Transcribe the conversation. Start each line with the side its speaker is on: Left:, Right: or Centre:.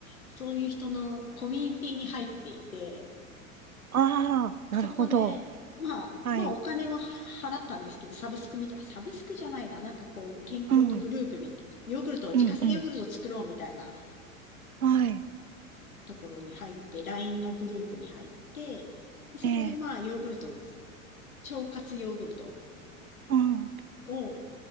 Left: そういう人のコミュニティに入っていて、
Right: ああ、なるほど。
Left: そこで、まあ、
Right: はい。
Left: まあお金は払ったんですけど、サブスクみたい、サブスクじゃないな、なんかこう、健康のグループみたい、
Right: うん。
Left: ヨーグルトを、自家製ヨーグルトを作ろうみたいな
Right: うん。うん。はい。
Left: ところに入って、LINE のグループに入って、でそこでまあヨーグルトの、
Right: ええ。
Left: 腸活ヨーグルト
Right: うん。
Left: を、